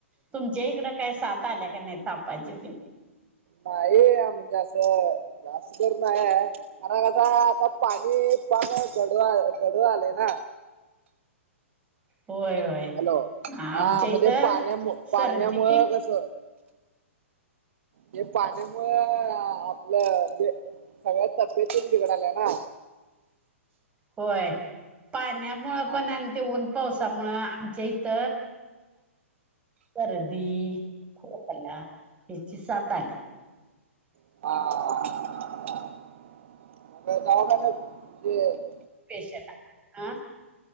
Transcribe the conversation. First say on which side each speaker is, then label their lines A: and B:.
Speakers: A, on the right (about 15°); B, on the right (about 65°).
A: तुमच्या इकडं काय साथ आल्या का नाही तापाची ते?
B: नाही म्हणजे असं जास्त कर नाही. अ कस आता पाणी पण गड गडव आलंय ना.
A: होय होय
B: हॅलो
A: आमच्या
B: हा म
A: इथं
B: ते पाण्यामु पाण्यामुळ
A: सर्दी
B: कस हे पाण्यामुळ आपलं सगळ्या तब्येतून बिघड आल्या ना.
A: होय पाण्यामुं
B: हा
A: पण आणि तेऊन पावसामुं आमच्या इथ सर्दी, खोकला ह्याची सात आली.
B: <unintelligible>
A: बशला ह